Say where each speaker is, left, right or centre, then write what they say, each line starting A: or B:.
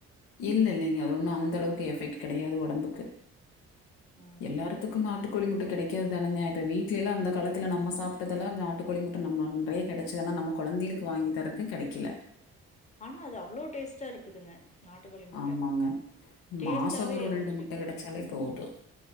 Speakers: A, on the left; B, on the left.
A: இல்ல இல்லைங்க அது ஒன்னு அந்த அளவுக்கு எஃபெக்ட் கெடையாது ஒடம்புக்கு
B: ம்
A: எல்லார்த்துக்கு நாட்டுக்கோழி முட்ட கெடைக்கது தானங்க இப்ப வீட்லயெல்லா அந்த காலத்துல நம்ம சாப்ட்டதெல்லா நாட்டுக்கோழி முட்ட நம்ம அன்றைக் கெடச்சதுன்னா நம்ம கொழந்தைளுக்கு வாங்கி தரக்கு கெடக்கில
B: ஆனா அது அவ்ளோ டேஸ்ட்டா இருக்குதுங்க நாட்டு கோழி முட்ட
A: ஆமாங்க
B: டேஸ்டாவே
A: மாதம் ஒரு ரெண்டு
B: கொஞ்ச
A: முட்டை
B: டிஃப்ரெண்ட்டு
A: கிடைச்சாலே
B: ம்
A: போதும்